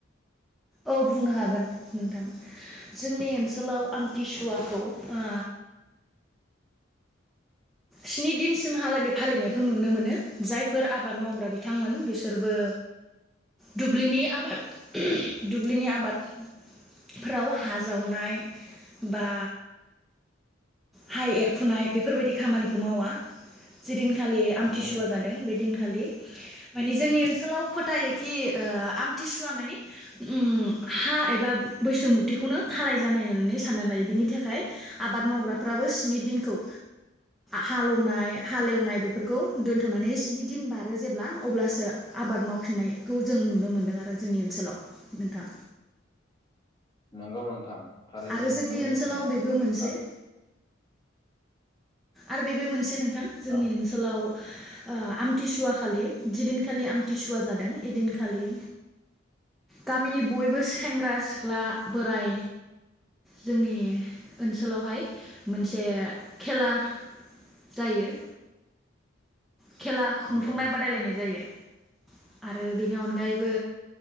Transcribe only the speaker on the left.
थारैनो
नोंथां
नोंगौ नोंथां थारैनो
नोंथांनि
बुंनाया
थार
औ
नंगौ नोंथां